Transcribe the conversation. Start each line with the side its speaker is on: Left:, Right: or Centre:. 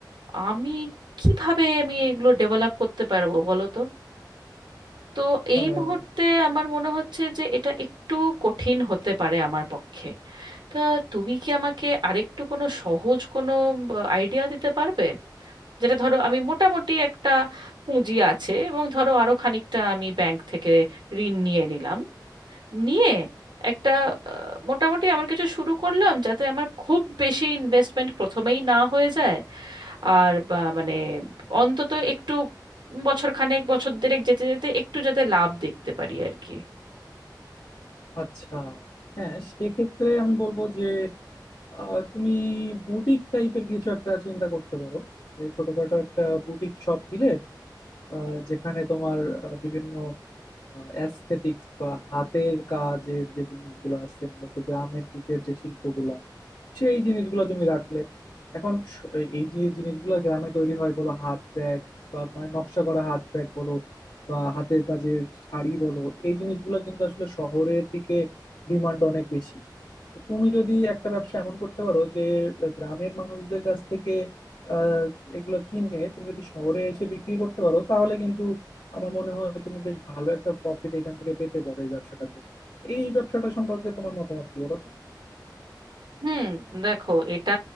Right: আমি কিভাবে আমি এগুলো ডেভেলপ করতে পারবো বলো তো তো এই
Left: আহ,
Right: মুহূর্তে আমার মনে হচ্ছে যে এটা একটু কঠিন হতে পারে আমার পক্ষে তা তুমি কি আমাকে আরেকটু কোনো সহজ কোনো আইডিয়া দিতে পারবে যেটা ধরো আমি মোটামুটি একটা পুঁজি আছে এবং ধরো আরো খানিকটা আমি ব্যাংক থেকে ঋণ নিয়ে নিলাম নিয়ে একটা আহ, মোটামুটি আমার কিছু শুরু করলাম যাতে আমার খুব বেশি ইনভেস্টমেন্ট প্রথমেই না হয়ে যায় আর বা- মানে অন্তত একটু বছর খানেক বছর দেড়েক যেতে যেতে একটু যাতে লাভ দেখতে পারি আর কি
Left: আচ্ছা হ্যাঁ সেক্ষেত্রে আমি বলবো যে আহ, তুমি বুটিক টাইপের কিছু একটা চিন্তা করতে পারো যে ছোটখাটো একটা বুটিক শপ দিলে আহ, যেখানে তোমার আহ, বিভিন্ন অ্যাস্থেটিক্স বা হাতের কাজের যে জিনিসগুলো আছে মূলত গ্রামের দিকের যে শিল্পগুলা সেই জিনিসগুলো তুমি রাখলে এখন স- এই যে জিনিসগুলো গ্রামে তৈরি হয় বলো হাত ব্যাগ বা মানে নকশা করা হাত ব্যাগ বলো বা হাতের কাজের শাড়ি বলো এই জিনিসগুলো কিন্তু আসলে শহরের দিকে ডিমান্ড অনেক বেশি তো তুমি যদি একটা ব্যবসা এমন করতে পারো যে আহ, গ্রামের মানুষদের কাছ থেকে আহ, এগুলো কিনে তুমি যদি শহরে এসে বিক্রি করতে পারো তাহলে কিন্তু আমার মনে হয় তুমি বেশ ভালো একটা প্রফিট এখান থেকে পেতে পারো এই ব্যবসাটাতে এই ব্যবসাটা সম্পর্কে তোমার মতামত কি বলো তো
Right: হুম দেখো এটা